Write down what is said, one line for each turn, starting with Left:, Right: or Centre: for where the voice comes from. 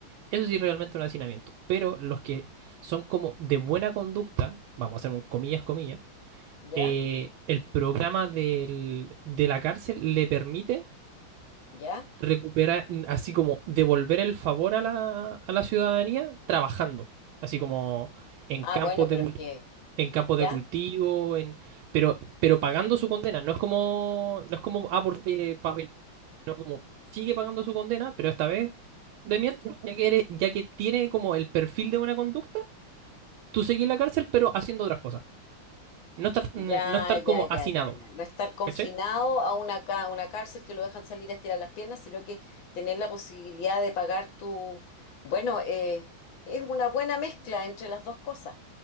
Right: Eso sí, realmente un hacinamiento. Pero los que son como de buena conducta, vamos a hacer un comillas, comillas,
Left: ya,
Right: eh, el programa del- de la cárcel le permite
Left: ya.
Right: recuperar, así como devolver el favor a la, a la ciudadanía trabajando, así como en
Left: Ah,
Right: campos
Left: bueno, pero
Right: de, cult-
Left: es que,
Right: en campos
Left: ya.
Right: de cultivo, en, pero, pero pagando su condena. No es como, no es como, ah, porque pa- como sigue pagando su condena, pero esta vez de mientras, ya que eres, ya que tiene como el perfil de buena conducta, tú seguís en la cárcel, pero haciendo otras cosas. No estar,
Left: Ya,
Right: no estar
Left: ya,
Right: como
Left: ya,
Right: hacinado,
Left: ya, ya. No estar confinado
Right: ¿cachai?
Left: a una, ca- una cárcel que lo dejan salir a estirar las piernas, sino que tener la posibilidad de pagar tu... Bueno, eh, es una buena mezcla entre las dos cosas.